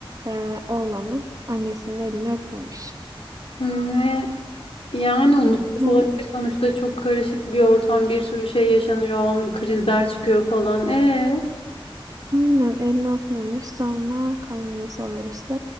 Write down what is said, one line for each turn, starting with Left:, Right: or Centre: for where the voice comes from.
Right: e, oğlanın annesinin elini öpmemiş.
Left: Ne? Yani unutmuş
Right: Aynen.
Left: olabilir sonuçta çok karışık bir ortam bir sürü şey yaşanıyor onun krizler çıkıyor falan. E,
Right: Aynen elini öpmemiş sonra kaynanası oluyor işte.